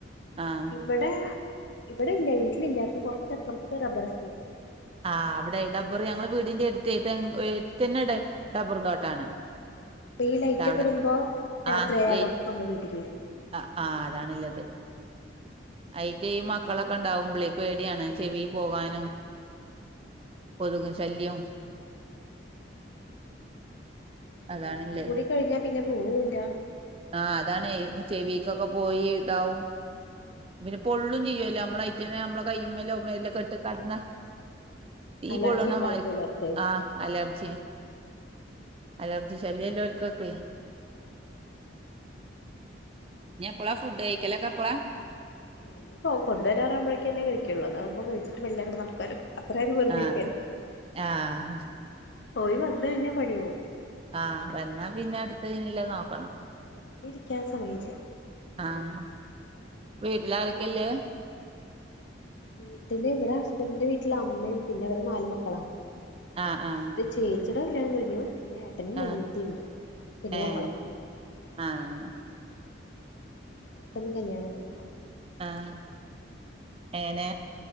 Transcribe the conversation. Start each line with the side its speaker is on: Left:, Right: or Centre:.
Right: ആഹ്
Left: ഇവിടെ ഇവിടെ ഇല്ല വീട്ടിലില്ല പക്ഷെ കുറച്ചപ്പുറത്ത് റബറേസ്ഥേറ്റുണ്ട്.
Right: ആഹ് അവിടെ ഡബർ ഞങ്ങൾ വീടിന്റെ അടുത്ത് തന്നെ ഡബ്ബറും തോട്ടാണ്.
Left: ആഹ് അപ്പൊ ഈ ലൈറ്റ്
Right: അവിടെ
Left: ഒക്കെ ഇടുമ്പോ രാത്രിയായ
Right: ആഹ് ലൈ
Left: അതൊക്കെ വീട്ടക്ക് വരും.
Right: ആഹ് ആഹ് അതാണുള്ളത്. അയിറ്റ ഈ മക്കളൊക്കെ ഉണ്ടാവുമ്പേളേ പേടിയാണ് ചെവി പോകാനും.
Left: ഉം.
Right: കൊതുക് ശല്യം- അതാണല്ലേ
Left: ഇതൂടി കഴിഞ്ഞാ പിന്നെ പോവുല്ല.
Right: ആഹ് അതാണ് ചെവിക്കൊക്കെ പോയി താവും.
Left: ഉം
Right: പിന്നെ പൊള്ളും ചെയ്യൊല്ലോ അമ്മളെയ് റ്റേന്നമ്മളെ കൈമലോ മേലൊക്കെട്ട് കടന്ന തീ
Left: അലർജി
Right: പൊളളണമാരിക്ക്
Left: ഉണ്ടാവും ചിലർക്ക്
Right: ആഹ് അലർജി അലർജി ശല്യല്ലോൽക്കൊക്കെ
Left: ഉം
Right: ഇന്തെപ്പള ഫുഡ് കയ്ക്കലൊക്കെപ്പള?
Left: ഇനിയി പോ കൊണ്ടുവരാറാവുമ്പഴേക്കന്നേ കഴിക്കൊള്ളൂ അതാകുമ്പോ കഴിച്ചിട്ട് മെല്ലെങ്ങട്ട് നടക്കാലൊ അത്രയും വെറ്തിരിക്കാലോ
Right: ആഹ് ആഹ്
Left: ഓല് വന്നഴ്ഞ്ഞാ പണിയാവും.
Right: ആഹ് വന്നാ പിന്നെ അട്ത്തയ്നില്ലത് നോക്കണം.
Left: ഉം പിന്നെ ഇരിക്കാൻ സമയില്ല.
Right: ആഹ് വീട്ടിലാരെക്കെല്ലേ?
Left: വീട്ടില് ഇവടെ ഹസ്ബൻഡന്റെ വീട്ടില് അമ്മേം പിന്നെ ഇവര് നാല് മക്കളാ.
Right: ആഹ് ആഹ്
Left: ചേച്ചിടെ കല്യാണം കഴിഞ്ഞു പിന്നെ ഏ ട്ടനും
Right: ആഹ്
Left: അനിയെത്തിണ്ട് പിന്നെ
Right: ഏഹ്
Left: ഞങ്ങളും
Right: ആഹ്
Left: അവർക്കൊന്നും കല്യാണം ആഹ്
Right: ആഹ് ഏങ്ങനെ?